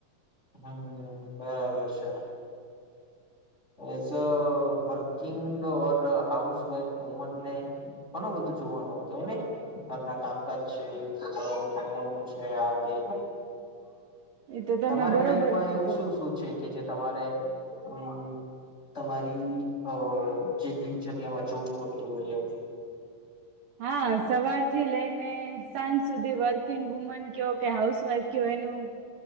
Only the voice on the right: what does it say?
એ તો તમે
બરોબર
કીધું
હા સવાર થી લઈન ને સાંજ સુધી વર્કિંગ વુમન ક્યો કે હાઉસવાઈફ ક્યો એનું,